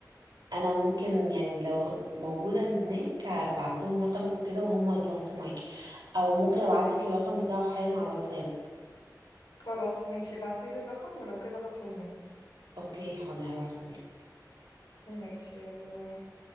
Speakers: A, on the right; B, on the left.
A: انا ممكن يعني لو موجوده هناك ابعت لهم رقمك وكده وهم يتواصلوا معاكي او ممكن ابعت لك الرقم بتاعه حالا على الواتساب
B: خلاص ماشي ابعتيلي الرقم ولو كده هطلب منه
A: اوكي حاضر هبعتهولك
B: ماشي يلا باي